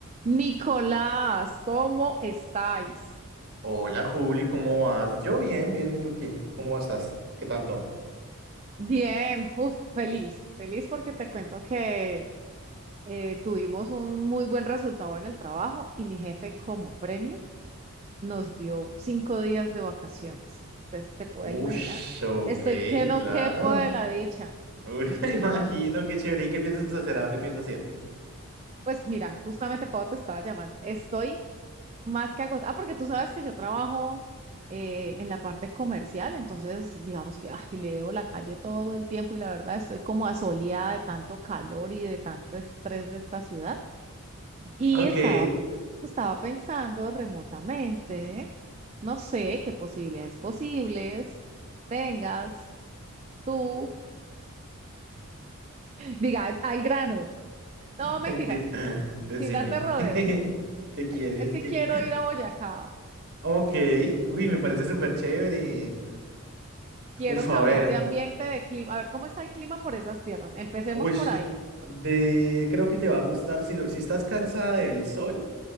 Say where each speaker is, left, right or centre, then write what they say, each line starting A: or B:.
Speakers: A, on the right (about 30°); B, on the right (about 45°).
A: Nicolás, ¿cómo estáis?
B: Hola Juli, ¿cómo vas? Yo bien, bien, ¿y tú qué? ¿Cómo estás? ¿Qué tal todo?
A: Bien, uf, feliz, feliz porque te cuento que eh, tuvimos un muy buen resultado en el trabajo y mi jefe como premio nos dio cinco días de vacaciones. Entonces, te puedes
B: Ush,
A: imaginar,
B: ok,
A: estoy que no
B: claro.
A: quepo de la dicha.
B: Uy, <laughs> me imagino, qué chévere. ¿Y qué piensas hacer? ¿A dónde piensas ir?
A: Pues mira, justamente Pau te estaba llamando, estoy Más que agotado. Ah, porque tú sabes que yo trabajo eh, en la parte comercial, entonces digamos que ay, le debo la calle todo el tiempo y la verdad estoy como asoleada de tanto calor y de tanto estrés de esta ciudad. Y
B: Ok,
A: estaba,
B: <laughs>
A: estaba pensando remotamente, no sé qué posibilidades posibles tengas tú. Diga, al grano. No, mentiras,
B: de- decime.
A: sin darte rodeos.
B: <laughs> ¿Qué quieres?
A: Es que
B: ¿Qué-
A: quiero ir a Boyacá.
B: Ok, uy, me parece súper chévere.
A: Quiero
B: Uf,
A: cambiar
B: a ver.
A: de ambiente, de clima. A ver, ¿cómo está el clima por esas tierras? Empecemos
B: Uy,
A: por ahí.
B: de... creo que te va a gustar si, lo... si estás cansada del sol.